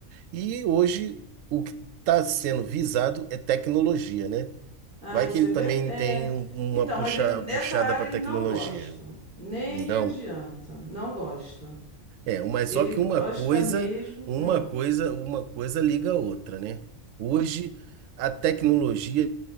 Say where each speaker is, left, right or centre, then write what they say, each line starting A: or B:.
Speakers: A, on the right; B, on the right.
A: E hoje o que está sendo visado é tecnologia, né?
B: Ai,
A: Vai
B: você
A: que ele
B: vê?
A: também
B: É.
A: tem um-
B: Então,
A: uma puxa-
B: mas ele nessa
A: puxada
B: área
A: para
B: ele
A: tecnologia.
B: não gosta. Nem
A: Não.
B: adianta. Não gosta.
A: É, mas
B: Ele
A: só que
B: gosta
A: uma coisa,
B: mesmo.
A: uma
B: Hum.
A: coisa, uma coisa liga a outra, né? Hoje a tecnologia